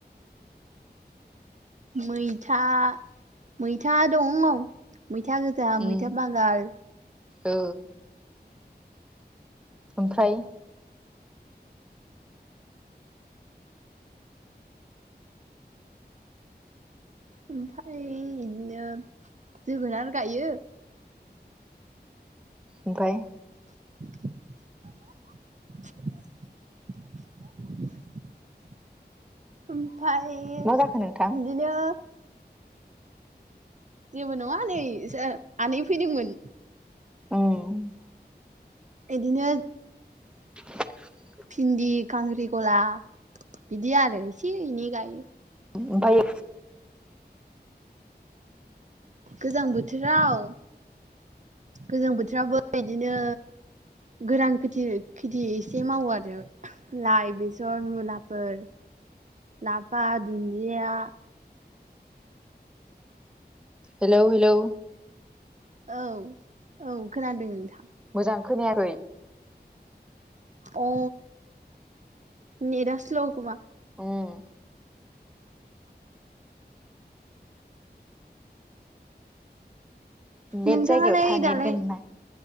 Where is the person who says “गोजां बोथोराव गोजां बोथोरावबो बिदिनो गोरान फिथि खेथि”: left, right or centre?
Right